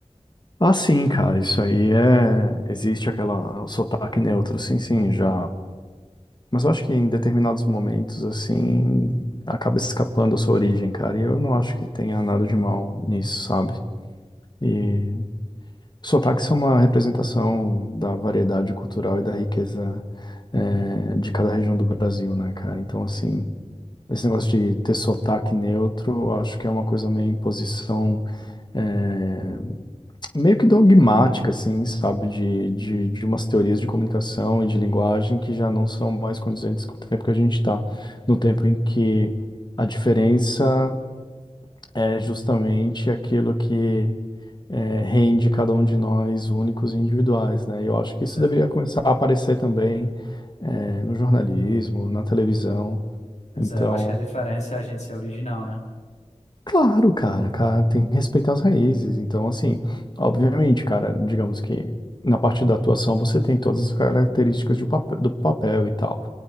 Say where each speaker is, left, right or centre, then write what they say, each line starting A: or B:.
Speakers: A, on the left; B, on the left.
A: Ah, sim, cara, isso aí é. Existe aquela. O sotaque neutro, sim, sim, já. Mas eu acho que em determinados momentos, assim, acaba escapando a sua origem, cara. E eu não acho que tenha nada de mal nisso, sabe? E sotaques são uma representação da variedade cultural e da riqueza, é, de cada região do Brasil, né, cara? Então, assim. Esse negócio de ter sotaque neutro, eu acho que é uma coisa meio imposição, eh, meio que dogmática, assim, sabe, de, de, de umas teorias de comunicação e de linguagem que já não são mais condizentes com o tempo que a gente está, no tempo em que a diferença é justamente aquilo que é, rende cada um de nós únicos e individuais, né? E eu acho que
B: Isso
A: isso
B: é-
A: deveria começar a aparecer também é, no jornalismo, na televisão.
B: Pois
A: Então,
B: é, eu acho que a diferença é a gente ser original, né?
A: Claro, cara, cara, tem que respeitar as raízes. Então, assim, obviamente, cara, digamos que na parte da atuação você tem todas as características do papel, do papel e tal.